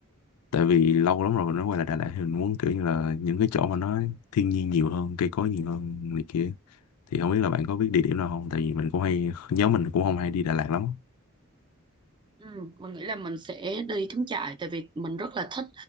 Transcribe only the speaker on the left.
tại vì lâu lắm rồi mình mới quay lại Đà Lạt thì mình muốn kiểu như là những cái chỗ mà nó thiên nhiên nhiều hơn cây cối nhiều hơn này kia thì không biết là bạn có biết địa điểm nào không tại vì mình cũng hay nhóm mình cũng không hay đi Đà Lạt lắm